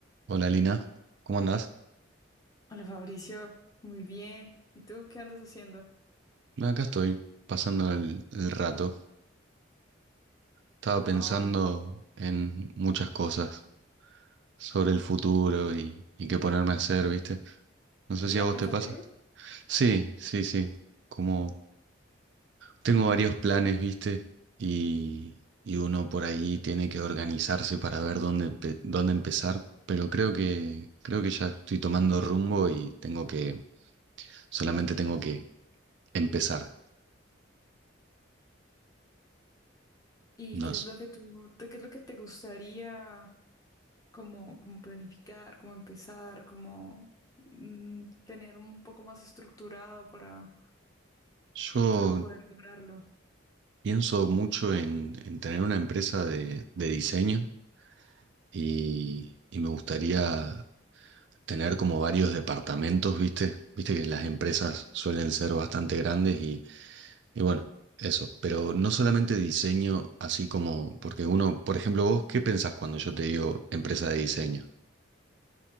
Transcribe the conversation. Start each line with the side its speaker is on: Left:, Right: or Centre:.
Right: Hola Lina, ¿cómo andás?
Left: Hola Fabricio, muy bien. ¿Y tú qué andas haciendo?
Right: No, Acá estoy, pasando el, el rato. Estaba
Left: Ah,
Right: pensando
Left: vale.
Right: en muchas cosas sobre el futuro y, y qué ponerme a hacer, ¿viste? No sé si
Left: ¿Día
Right: a vos
Left: pensativo?
Right: te pasa. Sí, sí, sí. Como tengo varios planes, ¿viste? Y, y uno por ahí tiene que organizarse para ver dónde, empe- dónde empezar. Pero creo que, creo que ya estoy tomando rumbo y tengo que, solamente tengo que empezar.
Left: ¿Y qué
Right: No
Left: es
Right: sé.
Left: lo que tú, te- qué es lo que te gustaría como, como planificar, como empezar, como mm, tener un poco más estructurado para,
Right: Yo
Left: para poder lograrlo?
Right: Pienso mucho en, en tener una empresa de, de diseño y, y me gustaría tener como varios departamentos, ¿viste? Viste que las empresas suelen ser bastante grandes y, y bueno, eso. Pero no solamente diseño, así como, porque uno, por ejemplo, vos, ¿qué pensás cuando yo te digo empresa de diseño?